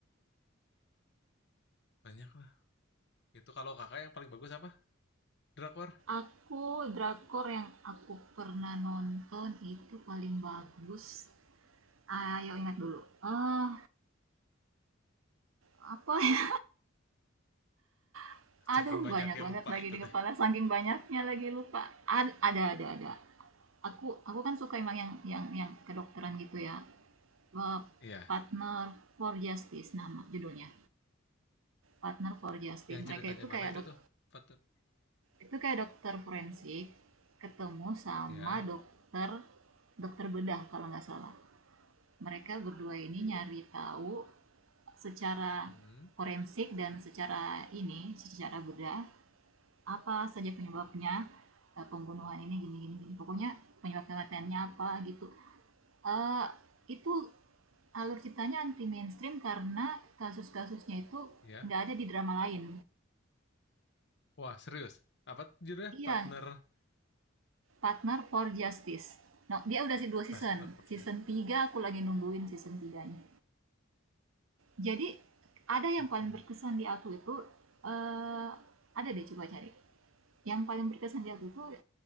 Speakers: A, on the left; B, on the right.
A: banyak lah itu kalau kakak yang paling bagus apa drakor
B: Aku drakor yang aku pernah nonton itu paling bagus Ayo ingat dulu. Eee, apa ya? <laughs>
A: saking
B: Aduh,
A: banyaknya
B: banyak banget
A: lupa
B: lagi
A: itu
B: di
A: teh
B: kepala, saking banyaknya lagi lupa. Ad ada ada ada. Aku aku kan suka emang yang yang yang kedokteran gitu ya. Eee,
A: iya
B: Partner for Justice nama judulnya. Partner for Justice.
A: yang ceritanya
B: Mereka itu kayak
A: mana itu
B: dok
A: tuh partner
B: itu kayak dokter forensik ketemu sama
A: ya
B: dokter dokter bedah kalau nggak salah. Mereka berdua ini nyari tahu secara
A: hmm
B: forensik dan secara ini, secara bedah, Apa saja penyebabnya, eee, pembunuhan ini gini gini gini, pokoknya penyebab kematiannya apa gitu. Eee, itu alur ceritanya anti mainstream karena kasus-kasusnya itu
A: ya
B: nggak ada di drama lain.
A: wah serius apa judulnya
B: Iya,
A: partner
B: Partner for Justice. Nah, dia udah se 2
A: partner
B: season,
A: partner
B: season 3 aku lagi nungguin season tiganya Jadi ada yang
A: ya
B: paling berkesan di aku itu, eee, ada deh coba cari. Yang paling berkesan di aku itu